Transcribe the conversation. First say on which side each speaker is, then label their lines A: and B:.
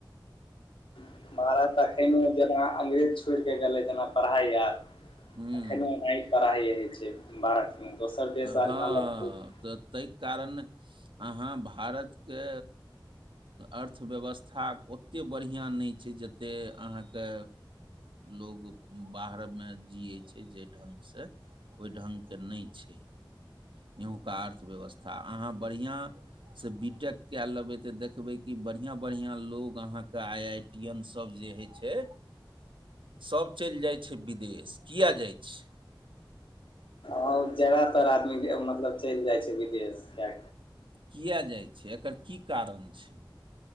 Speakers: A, on the left; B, on the right.
A: ह। मारत अखनो जेना अंग्रेज छोड़ के गेले जेना पढ़ाई आर
B: हूँ
A: अखनो एना पढ़ाइ होइ छै भारत में दोसर देश
B: हँ
A: आरमे अलग होई छै।
B: तऽ तै कारण अहाँ भारतके अर्थव्यवस्था ओतेक बढ़िआँ नहि छै ज से अहाँके लोग बाहरमे जियै छै जाहि ढङ्गसँ ओहि ढङ्गके नहि छै। यहूका अर्थव्यवस्था अहाँ बढ़िआँ से बी टेक कए लेबै तऽ देखबै की बढ़ियां बढ़ियां लोग अहाँके आई आईटी टियन सभ जे होइ छै। सभ चलि जाइ छै विदेश, किए जाइ छै?
A: आ जादातर आदमी मतलब चलि जाइ छै विदेश जा
B: किए जाइ छै एकर की कारन छै?